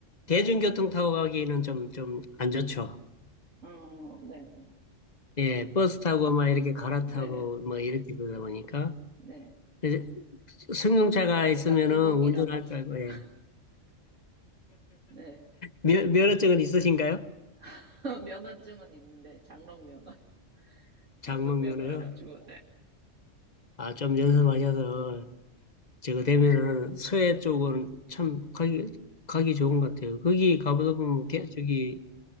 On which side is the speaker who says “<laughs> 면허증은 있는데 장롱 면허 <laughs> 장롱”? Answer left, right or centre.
Right